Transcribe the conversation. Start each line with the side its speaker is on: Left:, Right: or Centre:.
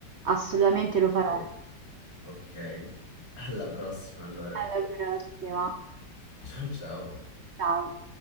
Right: assolutamente
Left: Ok,
Right: lo farò.
Left: ok. Alla prossima allora.
Right: Alla prossima.
Left: Ciao ciao.
Right: Ciao.